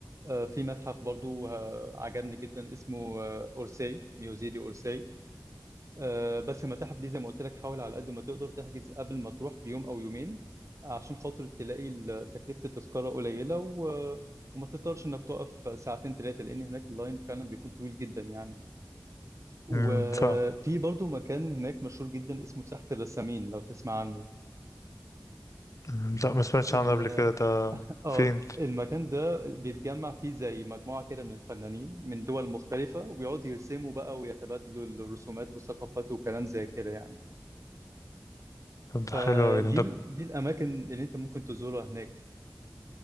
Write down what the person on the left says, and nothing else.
امم ف
مم. لا ما سمعتش
عنه قبل كده ده
فين
طب ده
حلو أوي ده ده-